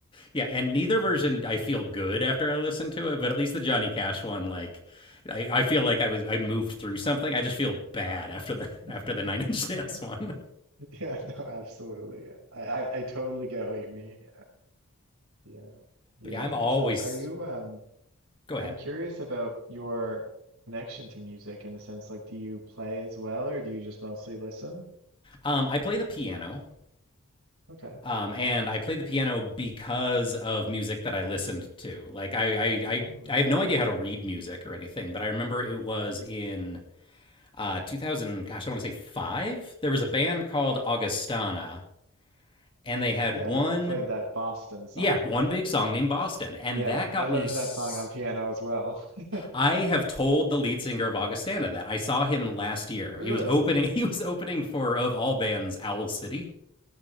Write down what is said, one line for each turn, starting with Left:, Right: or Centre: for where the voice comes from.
Left: Yeah, and neither
Right: Hmm.
Left: version I feel good after I listen to it, but at least the Johnny Cash one, like I, I feel like I was I moved through something. I just feel bad after the
Right: <laughs>
Left: after the <laughs> Nine Inch Nails one.
Right: Yeah, no, absolutely. I, I I totally get what you mean. Yeah. Yeah.
Left: But yeah, I'm always
Right: And So are you um
Left: go ahead.
Right: I'm curious about your connection to music in the sense like do you play as well or do you just mostly listen?
Left: Um, I play the piano,
Right: Okay.
Left: Um, and I play the piano because of music that I listened to. Like I, I, I,
Right: Hmm.
Left: I have no idea how to read music or anything, but I remember it was
Right: Mm-hmm.
Left: in uh, 2000. Gosh, I want to say five. There was a band called
Right: Mm.
Left: Augustana, and they had
Right: Yeah,
Left: one,
Right: they played that Boston song,
Left: yeah, one
Right: right?
Left: big song named Boston, and
Right: Yeah,
Left: that got
Right: I learned
Left: me. s-
Right: that song on piano as well. <laughs>
Left: I have told the lead singer of Augustana that I saw him last year.
Right: Really?
Left: He was opening. <laughs> He was opening for of all bands, Owl City